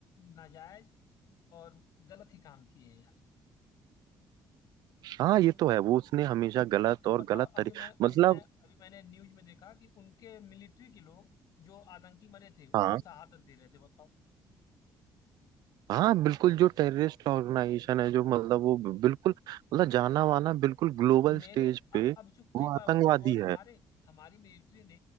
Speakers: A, on the left; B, on the right.
A: नाजायज और गलत ही काम किए हैं यार
B: हाँ ये तो है वो उसने हमेशा गलत
A: अब तुम
B: और
A: बताओ
B: गलत
A: अभी
B: तरी
A: मैं
B: मतलब
A: अभी मैं अभी मैंने न्यूज में देखा कि उनके मिलिट्री के लोग जो आतंकी मरे थे उनको
B: हाँ
A: शहादत दे रहे थे बताओ
B: हाँ बिल्कुल जो टेररिस्ट ऑर्गेनाइजेशन है जो मतलब वो बिल्कुल मतलब जाना माना बिल्कुल ग्लोबल
A: अब मेरे
B: स्टेज
A: अब
B: पे वो
A: अब चूक एक बात
B: आतंकवादी
A: बताओ और हमारे
B: है
A: हमारी मिलिट्री ने